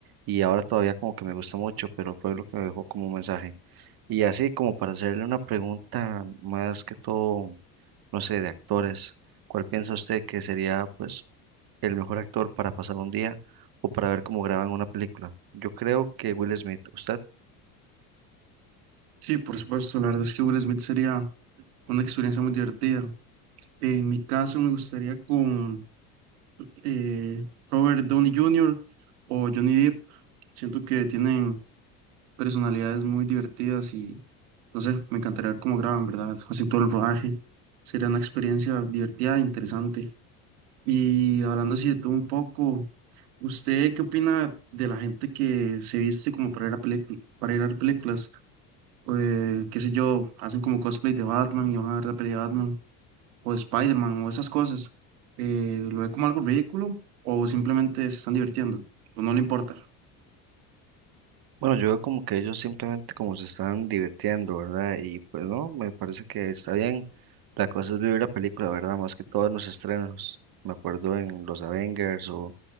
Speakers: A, on the right (about 50°); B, on the right (about 80°).
A: y ahora todavía como que me gusta mucho, pero fue lo que me dejó como un mensaje. Y así como para hacerle una pregunta más que todo, no sé, de actores, ¿cuál piensa usted que sería pues el mejor actor para pasar un día o para ver cómo graban una película? Yo creo que Will Smith, ¿usted?
B: Sí, por supuesto, la verdad es que Will Smith sería una experiencia muy divertida. En mi caso, me gustaría con eh, Robert Downey Jr. o Johnny Depp. Siento que tienen personalidades muy divertidas y no sé, me encantaría ver cómo graban, ¿verdad? Hacen todo el rodaje. Sería una experiencia divertida e interesante. Y hablando así de todo un poco. ¿Usted qué opina de la gente que se viste como para ir a pelicu- para ir a ver películas? Eh, qué sé yo, hacen como cosplay de Batman y van a ver la peli de Batman o de Spider-Man o esas cosas. Eh, ¿lo ve como algo ridículo o simplemente se están divirtiendo o no le importa?
A: Bueno, yo veo como que ellos simplemente como se están divirtiendo, ¿verdad? Y pues no, me parece que está bien. La cosa es vivir la película, ¿verdad? Más que todo en los estrenos. Me acuerdo en los Avengers o